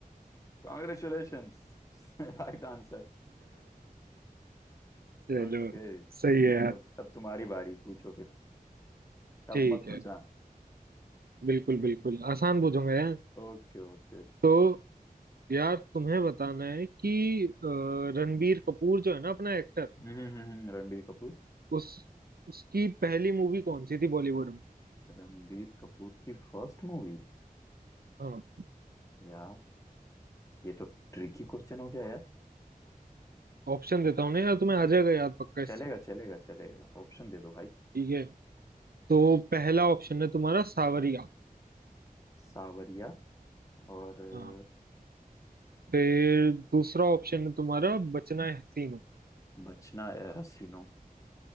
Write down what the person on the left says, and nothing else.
कॉन्ग्रेचुलेशंस Right answer
ओके <laughs>
चलो
तब तुम्हारी बारी पूछो फिर टफ
मत पूछना
<laughs>
Okay okay
हम्म हम्म, हम्म, हम्म, रणबीर कपूर
रणबीर कपूर की फर्स्ट मूवी
यार ये तो ट्रिकी क्वेश्चन हो गया यार
चलेगा चलेगा चलेगा ऑप्शन दे दो भाई
सावरिया और अ,
Bachna Ae Haseeno